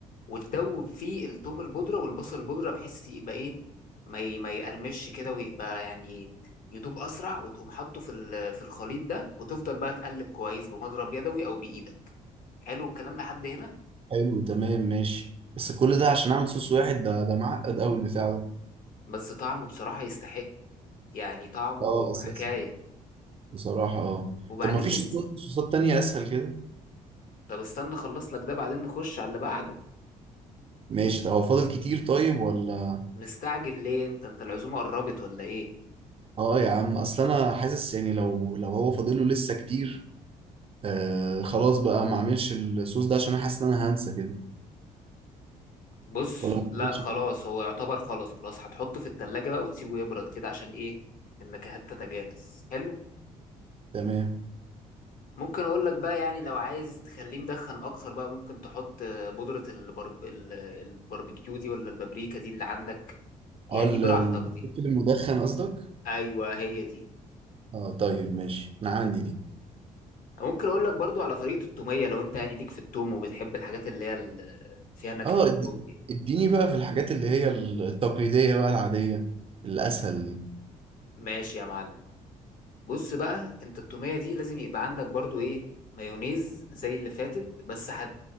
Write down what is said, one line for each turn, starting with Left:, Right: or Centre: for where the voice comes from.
Left: وتدوب فيه التوم البودرة والبصل البودرة بحيث يبقى إيه ما ي- ما يقرمش كده ويبقى يعني يدوب أسرع وتقوم حاطه في ال- في الخليط ده وتفضل بقى تقلب كويس بمضرب يدوي أو بإيدك حلو الكلام لحد هنا
Right: حلو تمام ماشي بس كل ده عشان اعمل صوص واحد ده ده معقد قوي البتاع ده
Left: بس طعمه بصراحة يستحق يعني طعمه
Right: اه اساسي
Left: حكاية
Right: بصراحة اه
Left: وبعدين
Right: طب ما فيش
Left: بت...
Right: صوصات صوصات تانية اسهل كده
Left: طب استنى اخلص لك ده بعدين نخش على اللي بعده
Right: ماشي طب هو فاضل كتير طيب ولا
Left: مستعجل ليه انت انت العزومة قربت ولا ايه
Right: اه يا عم اصل انا حاسس يعني لو لو هو فاضله لسه كتير آه خلاص بقى ما اعملش الصوص ده عشان انا حاسس ان انا هنسى كده
Left: بص
Right: ولا ما
Left: لا
Right: فاضلش
Left: خلاص
Right: كتير
Left: هو يعتبر خلاص خلاص هتحطه في التلاجة بقى وتسيبه يبرد كده عشان ايه النكهات تتجانس حلو
Right: تمام
Left: ممكن اقول لك بقى يعني لو عايز تخليه مدخن اكتر بقى ممكن تحط آه، بودرة البرب... ال- الباربيكيو دي ولا البابريكا دي اللي عندك يعني
Right: اه ال-
Left: براحتك دي
Right: الفلفل المدخن قصدك
Left: ايوه هي دي
Right: اه طيب ماشي انا عندي دي
Left: ممكن اقول لك برضو على طريقة التومية لو انت يعني ليك في التوم وبتحب الحاجات اللي هي ال- فيها نكهة
Right: اه
Left: التوم
Right: اد-
Left: دي
Right: اديني بقى في الحاجات اللي هي التقليدية بقى العادية الأسهل دي
Left: ماشي يا معلم بص بقى انت التومية دي لازم يبقى عندك برضو ايه مايونيز زي اللي فاتت بس هت